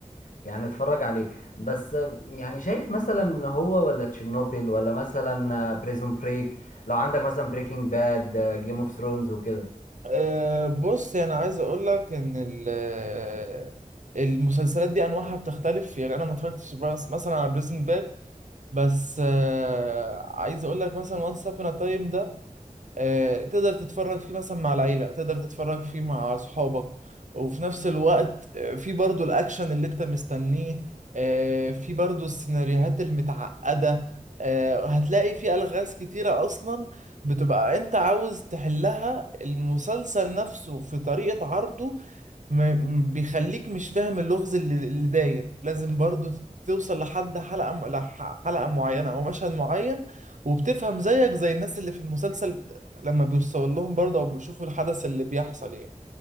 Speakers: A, on the left; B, on the right.
A: يعني اتفرج عليه بس آه، يعني شايف مثلا هو ولا تشيرنوبل ولا مثلا بريزون بريك لو عندك مثلا بريكنج باد جيم اوف ثرونز وكده
B: أه بص يعني عايز اقول لك ان ال- آه، المسلسلات دي انواعها بتختلف يعني انا ما اتفرجتش بس- مثلا على بريزن باك بس أه عايز اقول لك مثلا وانس ابون تايم ده آه، تقدر تتفرج فيه مثلا مع العيلة تقدر تتفرج فيه مع أصحابك وفي نفس الوقت آه، في برضو الأكشن اللي أنت مستنيه آه، في برضو السيناريوهات المتعقدة آه، هتلاقي في ألغاز كتيرة أصلا بتبقى أنت عاوز تحلها المسلسل نفسه في طريقة عرضه ما بيخليك مش فاهم اللغز اللي, اللي داير لازم برضو تت- توصل لحد حلقة م... لح- حلقة معينة أو مشهد معين وبتفهم زيك زي الناس اللي في المسلسل لما بيوصل لهم برضه أو بيشوفوا الحدث اللي بيحصل يعني